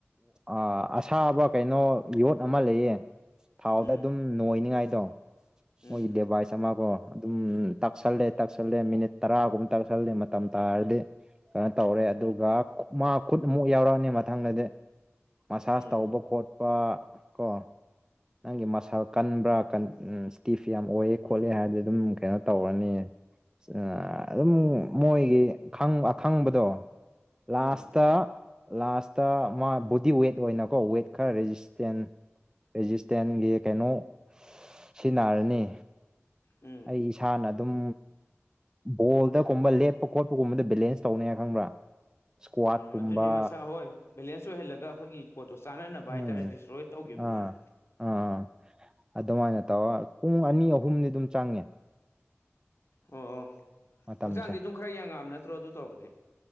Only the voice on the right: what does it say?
ꯑꯣ ꯑꯁꯥꯕ ꯀꯩꯅꯣ ꯌꯣꯠ ꯑꯃ ꯂꯩꯌꯦ ꯊꯥꯎꯗ
ꯑꯗꯨꯝ ꯅꯣꯏꯅꯤꯉꯥꯏꯗꯣ
ꯃꯣꯏꯒꯤ ꯗꯦꯚꯥꯏꯁ ꯑꯃꯀꯣ ꯑꯗꯨꯝ ꯇꯛꯁꯜꯂꯦ ꯇꯛꯁꯜꯂꯦ ꯃꯤꯅꯤꯠ ꯇꯔꯥꯒꯨꯝꯕ ꯇꯛꯁꯜꯂꯦ ꯃꯇꯝ ꯇꯥꯔꯗꯤ ꯀꯩꯅꯣ ꯇꯧꯔꯦ ꯑꯗꯨꯒ ꯃꯥ ꯈꯨꯠ ꯑꯃꯨꯛ ꯌꯥꯎꯔꯛꯑꯅꯤ ꯃꯊꯪꯗꯗꯤ ꯃꯁꯥꯁ
ꯇꯧꯕ ꯈꯣꯠꯄ ꯀꯣ ꯅꯪꯒꯤ ꯃꯁꯟ ꯀꯟꯕ꯭ꯔꯥ ꯀꯟ ꯎꯝ ꯏꯁꯇꯤꯐ ꯌꯥꯝ ꯑꯣꯏꯑꯦ ꯈꯣꯠꯂꯦ ꯍꯥꯏꯔꯗꯤ ꯑꯗꯨꯝ ꯀꯩꯅꯣ ꯇꯧꯔꯅꯤ ꯑ ꯑꯗꯨꯝ ꯃꯣꯏꯒꯤ ꯈꯪ ꯑꯈꯪꯕꯗꯣ ꯂꯥꯥꯁꯇ
ꯂꯥꯁꯇ ꯃꯥ ꯕꯣꯗꯤ ꯋꯦꯠ ꯑꯣꯏꯅꯀꯣ ꯋꯦꯠ ꯈꯔ ꯔꯦꯖꯤꯁꯇꯦꯟ ꯔꯦꯖꯤꯁꯇꯦꯟꯒꯤ ꯀꯩꯅꯣ <unintelligible> ꯁꯤꯖꯤꯟꯅꯔꯅꯤ
ꯑꯩ ꯏꯁꯥꯅ ꯑꯗꯨꯝ ꯕꯣꯜꯗꯒꯨꯝꯕ ꯂꯦꯞꯄ ꯈꯣꯠꯄꯒꯨꯝꯕꯗ ꯕꯦꯂꯦꯟꯁ ꯇꯧꯅꯤꯉꯥꯏ ꯈꯪꯕ꯭ꯔꯥ ꯏꯁꯀ꯭ꯋꯥꯠꯀꯨꯝꯕ
ꯎꯝ
ꯑꯥ ꯑꯥ ꯑꯗꯨꯃꯥꯏꯅ ꯇꯧꯔ ꯄꯨꯡ ꯑꯅꯤ ꯑꯍꯨꯝꯗꯤ ꯑꯗꯨꯝ ꯆꯪꯉꯦ
ꯃꯇꯝꯁꯦ